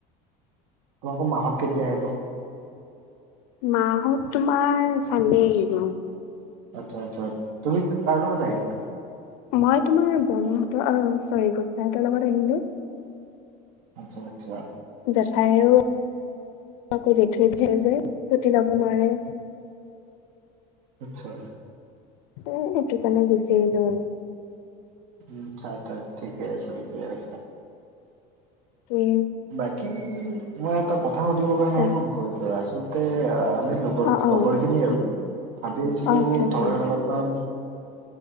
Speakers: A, on the right (about 85°); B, on the left (about 80°).
A: তোমালোকৰ মাহঁত কেতিয়া আহিব?
B: মাহঁত তোমাৰ চানডে আহিব।
A: আচ্ছা, আচ্ছা তুমি কাৰ লগত আহিলা?
B: মই তোমাৰ বৰমাহতৰ চৰি, বৰটাহতৰ লগত আহিলো।
A: আচ্ছা, আচ্ছা।
B: জেঠাইও থৈ, থৈ যায়, ছুটি লব নোৱাৰে।
A: আচ্ছা।
B: এইটো কাৰণে গুচি আহিলো আৰু।
A: উম, আচ্ছা, অচ্ছা ঠিকে আছে ঠিকে আছে।
B: উম।
A: বাকী মই এটা কথা সুধিব কাৰণেহে
B: ক
A: ফোন কৰিলোঁ, আচলতে আমি লগ,
B: অ', অ',
A: লগৰ খিনি আৰু
B: ক অ',
A: ভাবি আছিলো
B: আচ্ছা, আচ্ছা,
A: ধৰা
B: উম,
A: অলপ ইমান,